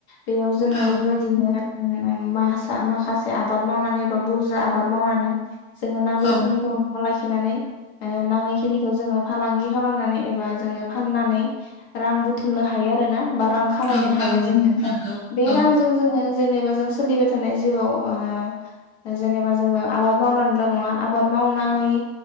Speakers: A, on the left (about 75°); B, on the left (about 20°).
A: बेयाव जोङो
B: औ
A: बेबायदिनो माइ मासा माखा से आबाद मावनानै एबा बुरजा आबाद मावनानै जोंनो नांगौखिनिखौ
B: औ
A: न'आव लाखि खिनानै ओ नाङै खिनिखौ जोङो फालांगि खालामनानै एबा जोङो फाननानै रां बुथुमनो हायो आरोना बा रां खामायनो
B: औ
A: हायो
B: औ
A: जोङो।
B: नंगौ
A: ओं बे
B: औ
A: रांजों जोङो जेनेबा जों सोलिबाय थानाय जिउआव वाआ जेनेबा जोङो आबाद मावनानैल' नङा आबाद मावनांयै